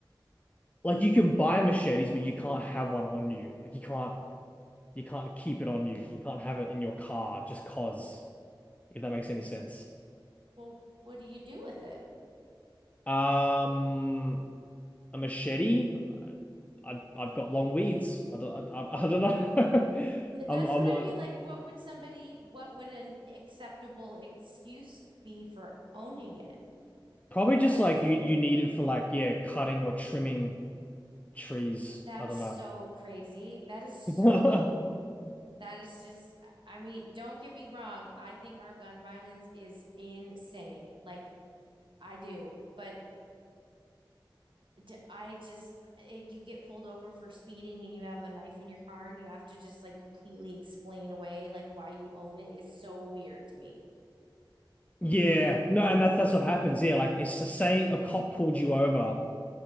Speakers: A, on the left; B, on the right.
A: Like you can buy machetes, but you can't have one on you. Like you can't you can't keep it on you. You can't have it in your car just 'cause, if that makes any sense.
B: Well, what do you do with it?
A: Um, a machete? I, I I've got long weeds. I don't I, I, <laughs> I don't know.
B: N-
A: <laughs>
B: That's
A: I'm I'm
B: what
A: not
B: I mean. Like, what would somebody? What would an acceptable excuse be for owning it?
A: Probably
B: I
A: just
B: guess.
A: like you you need it for like yeah, cutting or trimming trees.
B: That's
A: I don't know.
B: so crazy. That is so,
A: <laughs>
B: that is just, I mean, don't get me wrong. I think our gun violence is insane. Like, I do. But d- I just it, you get pulled over for speeding and you have a knife in your car and you have to just like completely explain away like why you own it is so weird to me.
A: Yeah, no, and that's that's what happens. Yeah, like it's to say a cop pulled you over